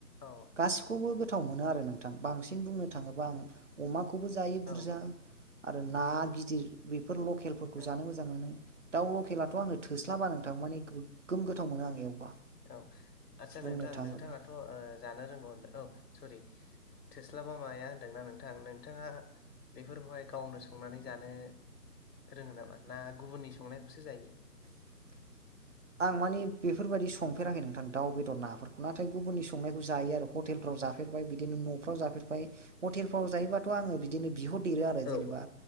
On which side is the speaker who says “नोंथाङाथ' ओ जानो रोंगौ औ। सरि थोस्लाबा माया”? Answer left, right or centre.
Left